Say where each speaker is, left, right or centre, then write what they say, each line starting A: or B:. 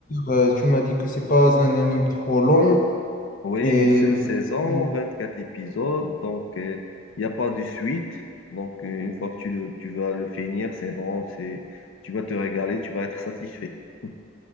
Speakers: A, on the left (about 40°); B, on the left (about 80°).
A: Euh, tu m'as dit que c'est pas un anime trop long
B: oui,
A: et.
B: une seule saison,
A: oui,
B: 24 épisodes, donc il n'y a pas de suite. Donc, euh, une fois que tu, le- tu vas le finir, c'est bon, c'est, tu vas te régaler, tu vas être satisfait. <laughs>